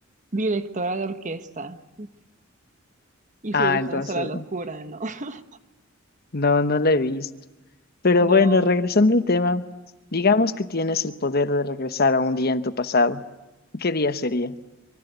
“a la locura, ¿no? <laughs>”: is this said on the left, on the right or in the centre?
Right